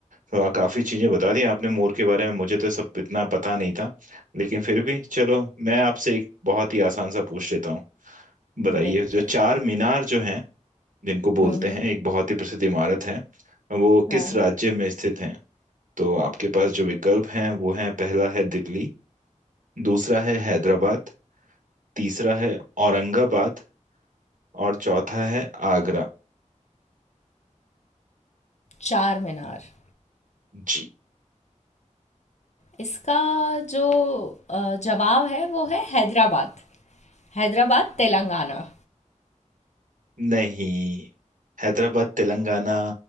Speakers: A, on the right; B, on the left.
A: तो आ, काफी चीजें बता दी आपने मोर के बारे में मुझे तो सब इतना पता नहीं था लेकिन फिर भी चलो मैं आपसे एक बहुत ही आसान सा पूछ लेता हूँ बताइए
B: बिल्कुल
A: जो चार मीनार जो हैं जिनको बोलते
B: हम्म हम्म
A: हैं एक बहुत ही प्रसिद्ध इमारत है वो
B: हाँ
A: किस
B: हाँ
A: राज्य में स्थित है तो आपके पास जो विकल्प हैं वो हैं पहला है दिल्ली दूसरा है हैदराबाद तीसरा है औरंगाबाद और चौथा है आगरा
B: चार मीनार
A: जी
B: इसका जो अ, जवाब है वो है हैदराबाद हैदराबाद तेलंगाना
A: नहीं हैदराबाद तेलंगाना